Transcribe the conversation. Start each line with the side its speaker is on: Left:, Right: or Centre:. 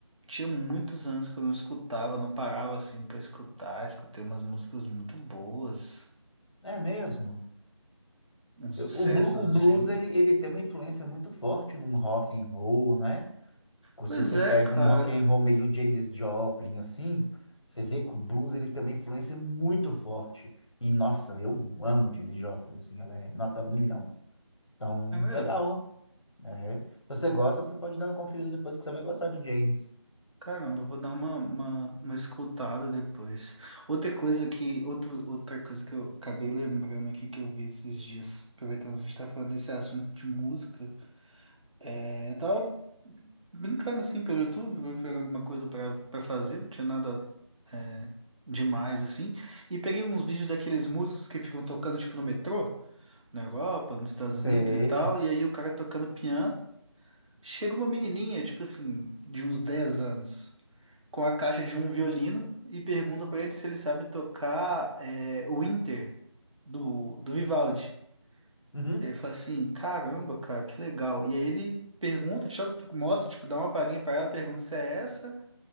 Right: Tinha muitos anos que eu não escutava, não parava assim pra escutar. Escutei umas músicas muito boas,
Left: É mesmo?
Right: uns
Left: Eu-
Right: sucessos
Left: O, blu- o
Right: assim.
Left: blues, ele, ele tem uma influência muito forte num rock and roll, né?
Right: Pois
Left: Se você
Right: é,
Left: pega
Right: cara.
Left: um rock and roll meio Janis Joplin, assim, você vê que o blues ele tem uma influência muito forte. E, nossa, eu amo Janis Joplin, assim, ela é nota um milhão. Então,
Right: É mesmo?
Left: legal. É. Se você gosta, você pode dar uma conferida depois que você vai gostar de Janis.
Right: Caramba, eu vou dar uma, uma, uma escutada depois. Outra coisa que, outro, outra coisa que eu acabei lembrando aqui que eu vi esses dias, aproveitando que a gente tá falando desse assunto de música, é, eu tava brincando assim pelo YouTube, procurando alguma coisa para para fazer, não tinha nada é, demais assim, e peguei uns vídeos daqueles músicos que ficam tocando tipo no metrô, na Europa, nos Estados
Left: Sei.
Right: Unidos e tal, e aí o cara tocando piano, chega uma menininha, tipo assim, de uns 10 anos com a caixa de um violino e pergunta pra ele se ele sabe tocar é, o Inter do, do Vivaldi.
Left: Uhum.
Right: Ele fala assim, caramba, cara, que legal. E aí ele pergunta, tipo, mostra, tipo, dá uma palhinha pra ela, pergunta se é essa.